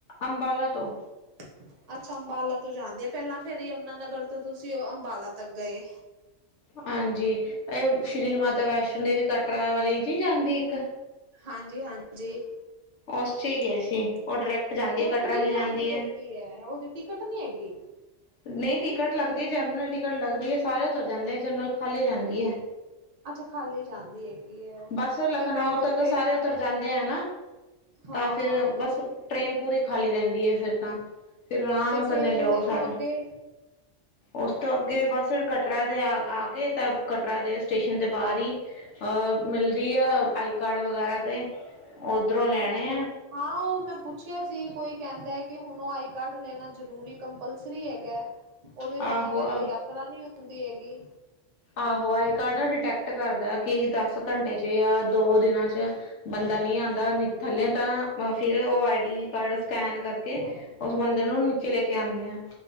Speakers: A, on the left (about 75°); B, on the right (about 35°).
A: ਅੰਬਾਲਾ ਤੋ।
B: <inaudible> ਅੱਛਾ ਅੰਬਾਲਾ ਤੋਂ ਜਾਂਦੀ ਏ, ਪੈਲਾਂ ਫਿਰ ਯਮਨਾ ਨਗਰ ਤੋਂ ਤੂਸੀ ਓ ਅੰਬਾਲਾ ਤੱਕ ਗਏ।
A: ਹਾਂਜੀ ਐ ਸ਼੍ਰੀ
B: ਹਾਂ
A: ਮਾਤਾ ਵੈਸ਼ਨੋ ਦੇਵੀ ਕਟਰਾ ਵਾਲੀ ਨੀ ਜਾਂਦੀ ਏਕ
B: ਹਾਂਜੀ-ਹਾਂਜੀ।
A: ਉਸ ਚ ਹੀ ਗਏ
B: ਤੇ
A: ਸੀ ਉਹ ਡਾਇਰੈਕਟ ਜਾਂਦੀ ਹੈ
B: ਓ
A: ਕਟਰਾ
B: ਫ੍ਰੀ
A: ਵੀ
B: ਜਾਂਦੀ
A: ਹੈ
B: ਹੈਗੀ ਐ, ਓਦੀ ਟਿਕਟ ਨੀ ਹੈਗੀ?
A: ਨਈ ਟਿਕਟ ਲੱਗਦੀ ਏ, ਜਰਨਲ ਟਿਕਟ ਲੱਗਦੀ ਏ ਸਾਰੇ ਤੋ ਜਾਂਦੇ ਏ ਜਰਨਲ ਖਾਲੀ ਜਾਂਦੀ ਏ।
B: ਅੱਛਾ ਖਾਲੀ ਜਾਂਦੀ ਹੈਗੀ ਹੈ ਉਹ
A: ਬਾਸ ਓ ਲਖਨੌ
B: ਤੇ ਫੇਰ ਉੱਥੇ
A: ਤੱਕ ਸਾਰੇ ਉਤਰ ਜਾਂਦੇ ਆਨਾ
B: ਹਾਂ-ਹਾਂ
A: ਤਾਂ ਫੇਰ, ਬਸ ਟ੍ਰੇਨ ਪੂਰੀ ਖਾਲੀ ਰੈਂਦੀ ਏ ਫੇਰ ਤਾਂ। ਫਿਰ ਰਾਮ
B: ਤੇ ਫੇਰ
A: ਕਰਦੇ ਜਾਓ
B: ਉਸ
A: ਸਾਰੇ।
B: ਤੋਂ ਅੱਗੇ
A: ਓਸ ਤੋਂ ਅੱਗੇ ਬਸ ਕਟਰਾ ਦੇ ਆ, ਆ ਕੇ ਤਾਂ ਕਟਰਾ ਦੇ ਸਟੇਸ਼ਨ ਦੇ ਬਾਰ ਈ ਅ
B: ਹੂੰ
A: ਮਿਲਦੀ ਆਈ ਕਾਰਡ ਵਗੈਰਾ ਤੇ ਓਧਰੋਂ ਲੈਣੇ
B: ਅੱਛਾ
A: ਆ
B: ਹਾਂ, ਉਹ ਮੈਂ ਪੁੱਛਿਆ ਸੀ ਕੋਈ ਕਹਿੰਦਾ ਕਿ ਹੁਣ ਉਹ ਆਈ ਕਾਰਡ ਲੈਣਾ ਜ਼ਰੂਰੀ ਕੰਪਲਸਰੀ ਹੈਗਾ ਉਹਦੇ
A: ਆਹੋ
B: ਬਿਨਾਂ ਕਹਿੰਦੇ
A: ਆ
B: ਯਾਤਰਾ ਨੀ ਹੁੰਦੀ ਹੈਗੀ
A: ਆਹੋ ਆਈ ਕਾਰਡ ਡਿਟੈਕਟ ਕਰਦਾ ਕਿ ਦਸ ਘੰਟੇ ਚ ਜਾਂ ਦੋ ਦਿਨਾਂ ਚ ਬੰਦਾ ਨਹੀਂ ਆਂਦਾ ਥੱਲੇ ਤਾਂ ਫੇਰ ਉਹ ਆਈ ਡੀ ਕਾਰਡ ਸਕੈਨ ਕਰਕੇ
B: ਹਾਂ
A: ਉਸ ਬੰਦੇ ਨੂੰ ਨੀਚੇ ਲੈਕੇ ਆਣੇ ਆ